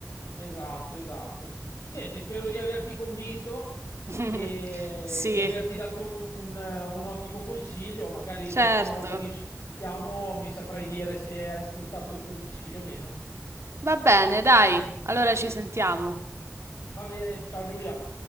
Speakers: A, on the left (about 70°); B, on the right (about 55°).
A: Esatto, esatto. Senti, spero di averti convinto
B: <laughs>
A: e
B: Sì,
A: di averti dato un, un ottimo consiglio. Magari
B: certo.
A: la prossima volta che ci sentiamo mi saprai dire se hai sfruttato il consiglio o meno.
B: Va bene, dai, allora ci sentiamo.
A: Va bene, ciao Giulia.